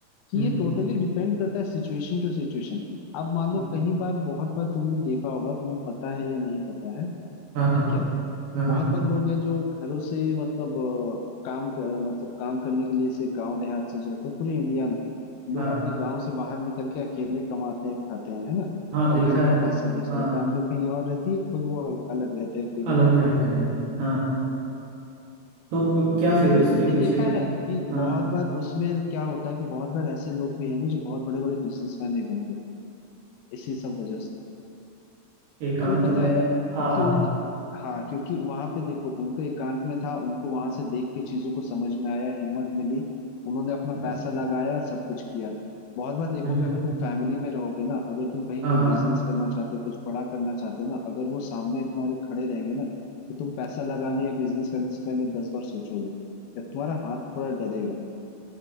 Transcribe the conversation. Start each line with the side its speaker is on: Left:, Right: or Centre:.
Left: कि
Right: हम्म
Left: ये टोटली डिपेंड करता है सिचुएशन टू सिचुएशन अब मान
Right: हम्म,
Left: लो कहीं बार बहुत बार तुमने देखा होगा तुम्हें पता है या नहीं पता है
Right: हाँ हाँ
Left: ठीक है
Right: हाँ हाँ
Left: बहुत बार लोग हैं जो घरों से मतलब अ, काम क- मतलब काम करने के लिए से गांव देहात से जो होते हैं पूरे इंडिया में लोग
Right: हाँ
Left: अपने गांव से बाहर निकल के अकेले कमाते हैं खाते हैं है ना
Right: हाँ
Left: और
Right: देखा
Left: घरों
Right: है
Left: में पैसा भेजते
Right: हाँ
Left: हैं फैमिली कहीं और रहती है खुद वो अल- अलग रहते हैं अकेले
Right: अलग रहते हैं हाँ तो क्या
Left: उसमें
Right: फिर इसके
Left: तुमने
Right: पीछे
Left: देखा है कि
Right: हाँ
Left: बहुत बार उसमें क्या होता है कि बहुत बार ऐसे लोग भी हैं ना जो बहुत बड़े बड़े बिजनेसमैन भी बन गए इसी सब वजह से
Right: एकांत
Left: क्यों पता
Right: में
Left: है
Right: हाँ
Left: क्योंकि
Right: हाँ
Left: उन हाँ क्योंकि वहां पे देखो उनको एकांत में था उनको वहां से देख के चीजों को समझ में आया हिम्मत मिली उन्होंने अपना
Right: हम्म
Left: पैसा लगाया और सब कुछ किया बहुत बार देखोगे
Right: हम्म,
Left: अगर तुम फैमिली में रहोगे ना अगर तुम कहीं
Right: हाँ
Left: कोई
Right: हाँ
Left: बिजनेस करना चाहते हो कुछ बड़ा करना चाहते हो ना अगर वो सामने तुम्हारे खड़े रहेंगे ना तो तुम पैसा लगाने या बिजनेस करने से पहले दस बार सोचोगे या तुम्हारा हाथ थोड़ा डरेगा